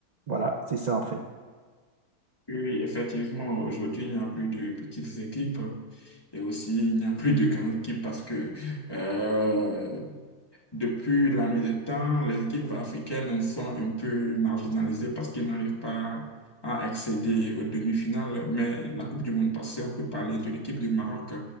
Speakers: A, on the right (about 80°); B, on the left (about 20°).
A: Voilà, c'est ça en fait.
B: Oui, oui, effectivement, aujourd'hui, il n'y a plus de petites équipes. Et aussi, il n'y a plus de grandes équipes parce que euh, Depuis la nuit des temps, les équipes africaines sont un peu marginalisées parce qu'ils n'arrivent pas à accéder aux demi-finales. Mais la Coupe du Monde passée, on peut parler de l'équipe du Maroc